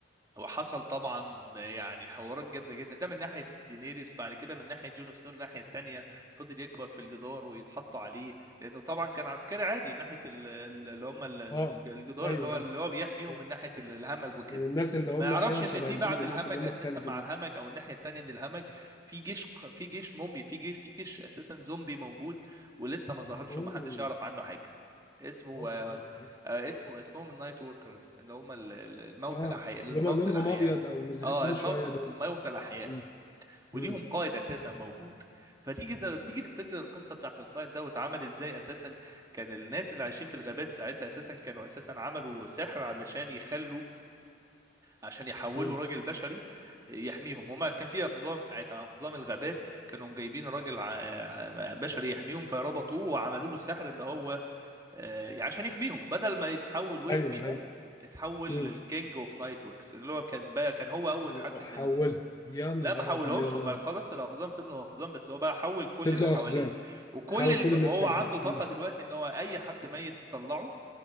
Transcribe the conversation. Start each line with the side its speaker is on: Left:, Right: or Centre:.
Right: وحصل طبعا يعني حوارات جامده جدا ده من ناحيه دينيريس بعد كده من ناحيه جون سنو الناحيه التانيه فضل يكبر في الجدار ويتحط عليه لانه طبعا كان عسكري عادي ناحيه ال- ال- اللي هم ال- ال-
Left: اه
Right: الجدار
Left: ايوه
Right: اللي هو
Left: ايوه
Right: اللي هو بيحميهم
Left: آه.
Right: من ناحيه ال- الهمج وكده
Left: من الناس اللي هم
Right: ما يعرفش
Left: ايوه
Right: ان
Left: شبه
Right: في
Left: البيض
Right: بعد
Left: الناس
Right: الهمج
Left: اللي هم
Right: اساسا
Left: التلج
Right: مع
Left: دول
Right: الهمج او الناحيه التانيه من الهمج في جيش في جيش مومي في جيش في جيش اساسا زومبي موجود ولسه ما ظهرش
Left: اوه
Right: ومحدش يعرف عنه حاجه اسمه
Left: اوف اوف اوف
Right: آه، اسمه اسمهم النايت وركرز اللي هم ال- ال- الموتى
Left: اه
Right: الاحياء الموتى
Left: اللي هم لونهم
Right: الاحياء
Left: ابيض او مزرقين
Right: اه الموتى
Left: شويه دول
Right: الموتى الاحياء
Left: مم.
Right: وليهم
Left: مم.
Right: قائد اساسا موجود فتيجي ت- تيجي تفتكر القصه بتاعت القائد ده واتعمل ازاي اساسا كان الناس اللي عايشين في الغابات ساعتها اساسا كانوا اساسا عملوا سحر علشان يخلوا عشان يحولوا
Left: مم.
Right: راجل بشري يحميهم هما كان في اقزام ساعتها اقزام الغابات كانوا جايبين راجل ع- ع- بشري يحميهم فربطوه وعملوا له سحر ان هو آه، يعني عشان يحميهم بدل ما يتحول ويحميهم
Left: ايوه ايوه
Right: اتحول
Left: مم.
Right: للكينج اوف نايت وركس اللي هو كان بقى كان هو اول
Left: وحولت
Right: حد من ال...
Left: يا نهار
Right: لا ما حولهمش
Left: ابيض
Right: هم خلاص الاقزام فضلوا اقزام بس هو بقى حول كل
Left: فضلوا
Right: اللي حواليه
Left: اقزام
Right: وكل
Left: حاول
Right: الم...
Left: كل
Right: وهو
Left: الناس تانيين
Right: عنده طاقه
Left: مم.
Right: دلوقتي ان هو اي حد ميت يطلعه